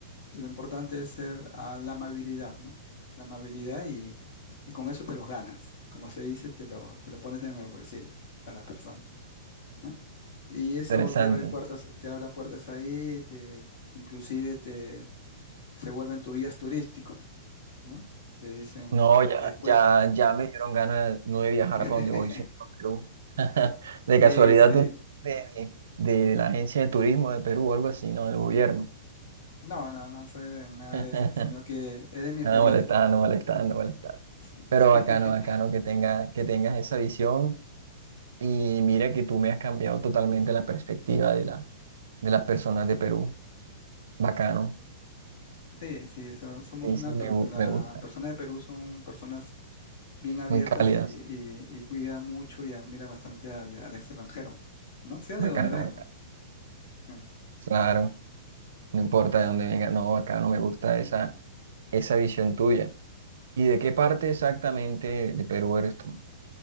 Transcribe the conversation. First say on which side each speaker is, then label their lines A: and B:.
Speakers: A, on the left; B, on the right.
A: Lo importante es ser a la amabilidad, ¿no? La amabilidad y, y con eso te los ganas. Como se dice, te lo, te lo pones en el bolsillo a las personas, ¿no? Y eso
B: Interesante.
A: te abre puertas, te abre puertas ahí, te, inclusive te, se vuelven tus guías turísticos, ¿no? Te dicen
B: No, ya,
A: después,
B: ya, ya me dieron ganas no de viajar para
A: <laughs>
B: donde voy, sino para Perú. <laughs> De casualidad,
A: sí, sí.
B: tú de, de, de la agencia de turismo de Perú o algo así, ¿no? Del gobierno.
A: No, no, no soy de nada
B: <laughs>
A: de eso, sino que es de mi experiencia.
B: Ah, molestando, molestando, molestando.
A: <laughs>
B: Pero bacano, bacano que tenga, que tengas esa visión. Y mira que tú me has cambiado totalmente la perspectiva de la, de las personas de Perú. Bacano.
A: Sí, sí, so- somos
B: Sí,
A: una,
B: sí,
A: per-
B: me, gu-
A: la
B: me gusta.
A: persona de Perú son personas bien abiertas
B: Muy cálidas.
A: y, y- y cuidan mucho y admiran bastante al, al extranjero, ¿no? Sea
B: Bacano,
A: de donde venga.
B: bacano.
A: sí.
B: Claro, no importa de dónde venga. No, bacano, me gusta esa, esa visión tuya. ¿Y de qué parte exactamente de Perú eres tú?